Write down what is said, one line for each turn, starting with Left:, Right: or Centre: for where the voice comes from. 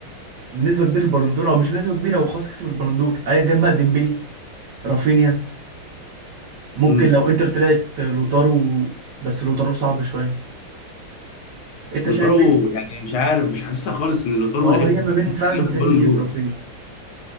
Right: بنسبه كبيره البالندور او مش بنسبه كبيره هو خلاص كسب البالندور ايا كان بقى ديمبلي رافينيا ممكن
Left: امم
Right: لو انتر طلعت لوتارو بس لوتارو صعب شويه انت
Left: لوتارو
Right: شايف ايه
Left: يعني مش عارف مش حاسسها خالص ان لوتارو
Right: ما هو
Left: لعيب
Right: هي ما بين
Left: ممكن
Right: فعلا
Left: ياخد
Right: ديمبلي
Left: بالون دور
Right: ورافينيا